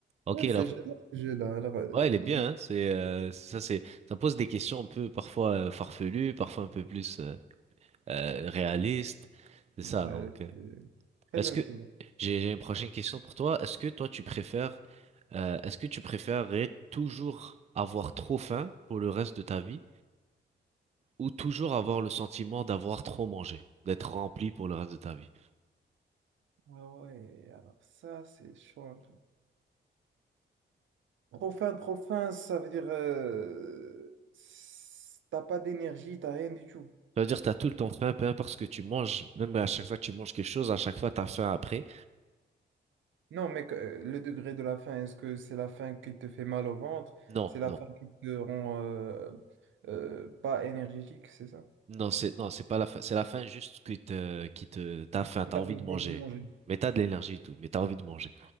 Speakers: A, on the right; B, on the right.
A: ok,
B: Ouais, c'est
A: là.
B: j'adore ce jeu-là. Alors, euh,
A: Ouais, il
B: il-
A: est bien. hein. C'est euh, ça, c'est ça pose des questions un peu parfois euh, farfelues, parfois un peu plus euh, euh, réalistes. C'est ça.
B: ouais,
A: Donc. euh,
B: c'est très
A: Est-ce que
B: intriguant.
A: j'ai j'ai une prochaine question pour toi. Est-ce que toi tu préfères euh, est-ce que tu préférerais toujours avoir trop faim pour le reste de ta vie ou toujours avoir le sentiment d'avoir trop mangé, d'être rempli pour le reste de ta vie?
B: Ah ouais, alors ça, c'est chaud un peu. Trop fin, trop fin, ça veut dire euh, s- t'as pas d'énergie, t'as rien du tout.
A: C'est-à-dire t'as tout le temps faim, peu importe ce que tu manges, même à chaque fois que tu manges quelque chose, à chaque fois t'as faim après.
B: Non, mais que- euh, le degré de la faim, est-ce que c'est la faim qui te fait mal au ventre?
A: Non,
B: C'est la
A: non.
B: faim qui te rend euh, euh, pas énergétique, c'est ça?
A: Non, c'est non, c'est pas la faim, c'est la faim juste qui te qui te t'as faim, t'as
B: T'as
A: envie
B: besoin
A: de manger.
B: de manger.
A: Mais t'as de l'énergie et tout, mais t'as envie de manger.